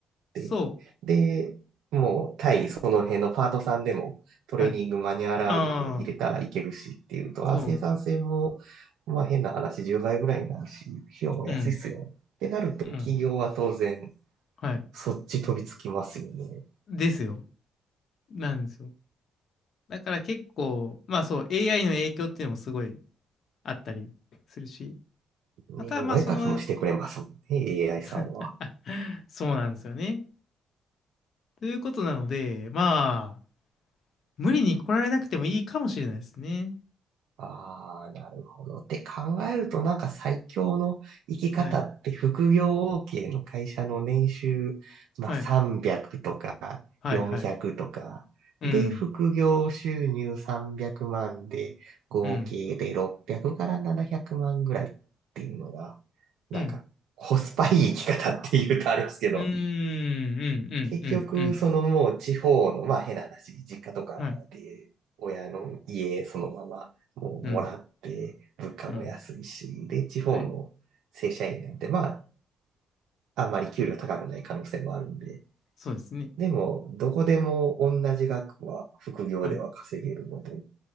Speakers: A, on the right; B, on the left.
A: て。
B: そ
A: で、もう対その辺のパートさんでもトレーニングマニュアルあるので入れたらいけるしっていうと、
B: う。はい。ああ、そう。
A: あ、生産性も、まあ変な話10倍ぐらいになるし、費用も安いっすよってなると企業は当然
B: うん、うん。はい
A: そっち飛びつきますよね。
B: ですよ。なんですよ。だから結構、まあそう、AI の影響っていうのもすごいあったりするし、
A: ね、
B: またまあその、
A: お絵かきもしてくれますもんね、AI さんは。
B: <laughs> あそうなんですよね。ということなので、まあ、無理に来られなくてもいいかもしれないですね。
A: ああ、なるほど。って考えると、なんか最強の生き方って副業
B: はい。
A: OK の会社の年収、まあ、
B: はい。
A: 300とか
B: はい。
A: 400とか、
B: はい。うん。
A: で、副業収入300万で、合計で600から700万ぐらいっていうのが、
B: うん。
A: なんかコスパいい生き方っていうとあれですけど、
B: うん。うーん。うん。
A: 結局、
B: うん。うん。うん。
A: そのもう地方の、まあ変な話、実家とかで親の家そのままもうもらって、
B: はい。うん。
A: 物価も安いし、
B: うん。
A: で、地方の正社員なんて、
B: はい。
A: まあ、あんまり給料高くない可能性もあるんで、
B: そうですね。
A: でも、どこでも同じ額は副業では稼げるので、
B: はい。
A: っ